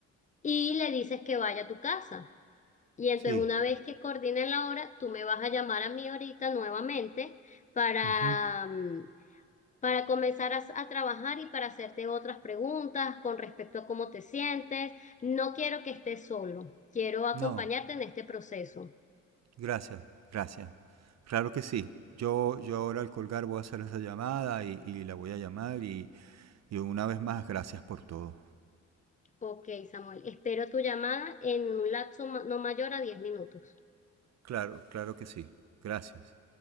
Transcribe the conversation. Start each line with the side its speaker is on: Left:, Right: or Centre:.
Left: y le dices que vaya a tu casa. Y entonces
Right: Sí.
Left: una vez que coordinen la hora, tú me vas a llamar a mí ahorita nuevamente para,
Right: ujú.
Left: mm, para comenzar a, s- a trabajar y para hacerte otras preguntas con respecto a cómo te sientes. No quiero que estés solo, quiero acompañarte
Right: No,
Left: en este proceso.
Right: gracias, gracias. Claro que sí. Yo, yo ahora al colgar voy a hacer esa llamada y, y la voy a llamar y, y una vez más, gracias por todo.
Left: Ok, Samuel, espero tu llamada en un lapso ma- no mayor a 10 minutos.
Right: Claro, claro que sí. Gracias.